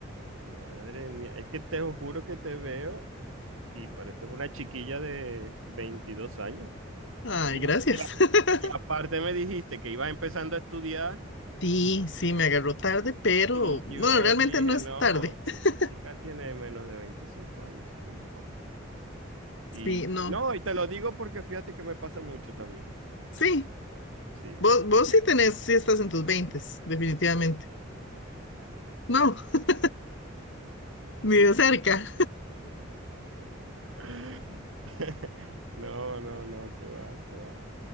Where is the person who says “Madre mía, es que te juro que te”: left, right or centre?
Right